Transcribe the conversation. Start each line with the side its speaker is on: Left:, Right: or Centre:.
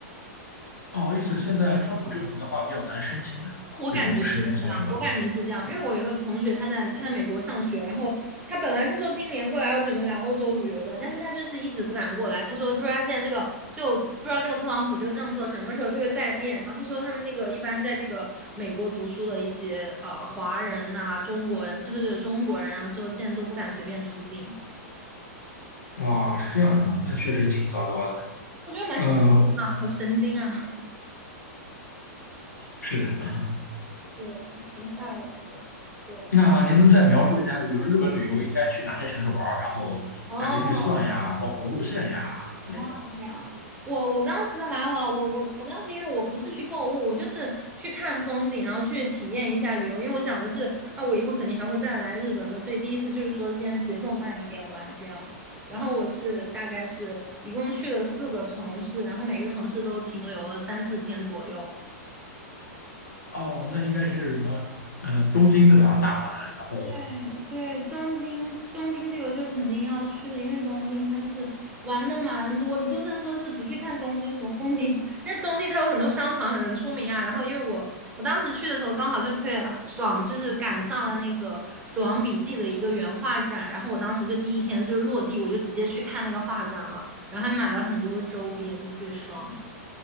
Left: 哦，意思现在川普政府的话比较难申请
Right: 我感觉是这样，
Left: 这种十年签是吧？
Right: 我感觉是这样，因为我有一个同学，他在他在美国上学，然后他本来是说今年过来要准备来欧洲旅游的，但是他就是一直不敢过来。他说，他说他现在这个就不知道这个特朗普这个政策什么时候就会再变。然后他说他们那个一般在这个美国读书的一些呃华人呐、中国人，对对对，中国人啊，然后说现在都不敢随便出境。
Left: 哇，是这样的啊，那确实挺糟糕的。
Right: 我觉得蛮吓人啊，
Left: 呃，
Right: 好神经啊！
Left: <laughs> 是的。
Right: 对，挺吓人的。对，
Left: 那您能再描述一下，比如说日本旅游应该去哪些城市玩儿，然后大概预算呀，
Right: 哦，
Left: 包括路线呀之类的？
Right: 哦，这样，我我当时还好，我我我当时因为我不是去购物，我就是去看风景，然后去体验一下旅游，因为我想的是，啊，我以后肯定还会再来日本的，所以第一次就是说先节奏慢一点玩这样。然后我是大概是一共去了四个城市，然后每个城市都停留了三四天左右。
Left: 哦，那应该是什么？嗯、东京对吧？大阪，然后，
Right: 对对，东京东京这个就肯定要去的，因为东京它就是玩的蛮多。你就算说是不去看东京什么风景，那东京它有很多商场很出名啊。然后因为我我当时去的时候刚好就特别爽，就是赶上了那个《死亡笔记》的一个原画展，然后我当时就第一天就是落地，我就直接去看那个画展了，然后还买了很多的周边，就特别爽